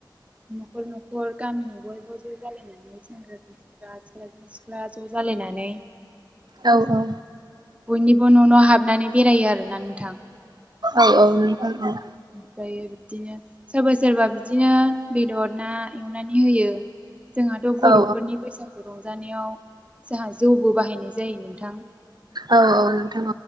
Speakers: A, on the right (about 15°); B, on the right (about 60°).
A: न'खर न'खर गामिनि बयबो ' ज' जालायनानै सेंग्रानि सेंग्रा सिख्लानि सिख्ला ज' जालायनानै
B: औ औ
A: बयनिबो न'न हाबनानै बेरायो आरोना नोंथां
B: औ औ नों थां औ
A: ओमफ्रायो बिदिनो सोरबा सोरबा बिदिनो बेदर ना एवनानै होयो। जोंहाथ' बर'फोरनि
B: औ
A: बैसागु रंजा जानायाव जोंहा जौबो बाहायनाय जायो नोंथां
B: औ औ नोंथां